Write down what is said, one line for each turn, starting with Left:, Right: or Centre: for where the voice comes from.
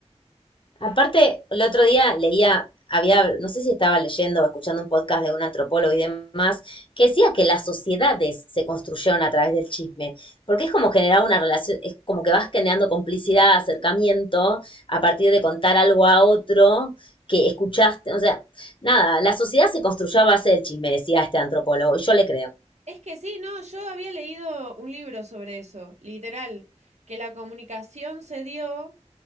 Left: Aparte, el otro día leía, había, no sé si estaba leyendo o escuchando un podcast de un antropólogo y demás, que decía que las sociedades se construyeron a través del chisme, porque es como generar una relación, es como que vas generando complicidad, acercamiento, a partir de contar algo a otro que escuchaste, o sea, nada, la sociedad se construyó a base del chisme, decía este antropólogo, y yo le creo.
Right: Es que sí, no, yo había leído un libro sobre eso, literal, que la comunicación se dio